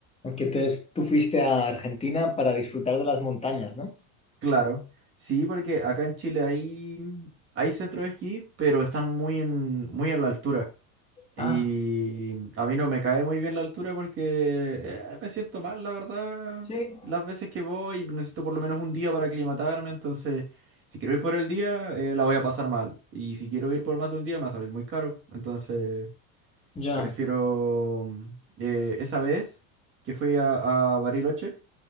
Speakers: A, on the left; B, on the right.
A: que entonces tú fuiste a Argentina para disfrutar de las montañas, ¿no?
B: Claro, sí, porque acá en Chile hay, hay centros de esquí, pero están muy en, muy en la altura. Y
A: Ah,
B: a mí no me cae muy bien la altura porque eh, me siento mal, la verdad.
A: Sí,
B: Las veces que voy, necesito por lo menos un día para aclimatarme, entonces si quiero ir por el día, eh, la voy a pasar mal. Y si quiero ir por más de un día, me va a salir muy caro. Entonces,
A: ya,
B: prefiero mm, eh, esa vez que fui a, a Bariloche.